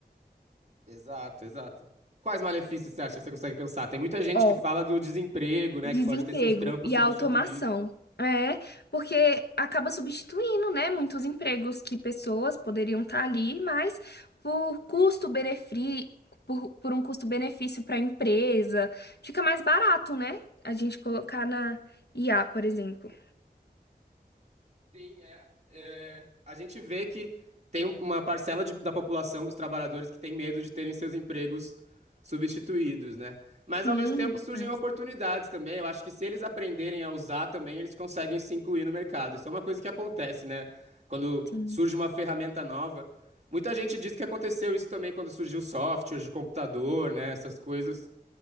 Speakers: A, on the right; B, on the left.
A: Exato, exato. Quais malefícios você acha que você consegue pensar? Tem muita gente
B: Ó,
A: que fala do desemprego, né?
B: Desemprego
A: Que pode ter seus trampos
B: e
A: substituídos.
B: a automação. É, porque acaba substituindo, né, muitos empregos que pessoas poderiam estar ali, mas por custo-benefício, por, por um custo-benefício para a empresa, fica mais barato, né? A gente colocar na IA, por exemplo.
A: Sim, é, é, a gente vê que tem um- uma parcela de- da população dos trabalhadores que tem medo de terem seus empregos substituídos, né? Mas
B: Sim,
A: ao mesmo tempo
B: demais,
A: surgem oportunidades também. Eu acho que se eles aprenderem a usar também, eles conseguem se incluir no mercado. Isso é uma coisa que acontece, né? Quando
B: sim.
A: surge uma ferramenta nova. Muita gente diz que aconteceu isso também quando surgiu software de computador, né? Essas coisas